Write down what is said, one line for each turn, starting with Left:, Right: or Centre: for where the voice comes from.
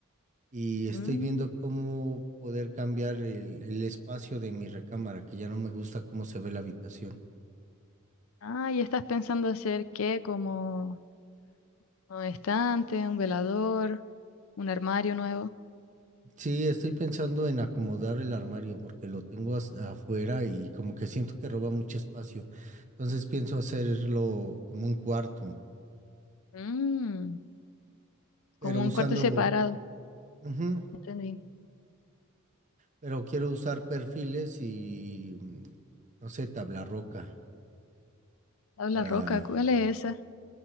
Right: y estoy
Left: Mm,
Right: viendo cómo poder cambiar el, el espacio de mi recámara, que ya no me gusta cómo se ve la habitación.
Left: Ah, ¿y estás pensando hacer qué? ¿Como un estante, un velador, un armario nuevo?
Right: Sí, estoy pensando en acomodar el armario porque lo tengo as- afuera y como que siento que roba mucho espacio. Entonces pienso hacerlo como un cuarto,
Left: Mm,
Right: pero
Left: Como un
Right: usando
Left: cuarto separado.
Right: Ujú,
Left: Entendí.
Right: Pero quiero usar perfiles y, mm, no sé, tabla roca
Left: Tabla
Right: para...
Left: roca, ¿cuál es esa?